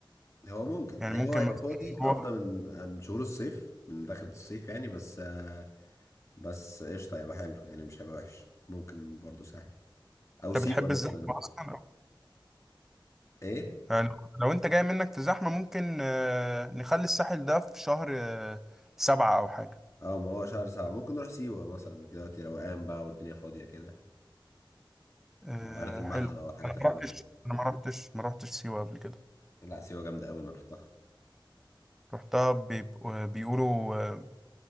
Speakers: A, on the left; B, in the centre.
A: هو ممكن
B: يعني
A: يعني
B: ممكن
A: هو هيبقى
B: مثلا
A: فاضي افضل
B: نروح
A: من من شهور الصيف من دخلة الصيف يعني بس آه، بس قشطة هيبقى حلو يعني مش هيبقى وحش ممكن برضو سهل او سيوة
B: انت بتحب
A: مثلا
B: الزحمه اصلا أو...
A: ايه
B: يعني لو انت جاي منك في الزحمه ممكن آه، نخلي الساحل ده في شهر آه، سبعة او حاجه
A: اه ما هو شهر سبعة ممكن نروح سيوة مثلا دلوقتي روقان بقى والدنيا فاضية كده
B: آه،
A: بحيرات الملح
B: حلو
A: بقى والحاجات
B: انا ما
A: الحلوة
B: رحتش
A: دي
B: انا ما رحتش ما رحتش سيوه قبل كده
A: لا سيوة جامدة قوي انا رحتها
B: رحتها بيبقوا- بيقولوا آه،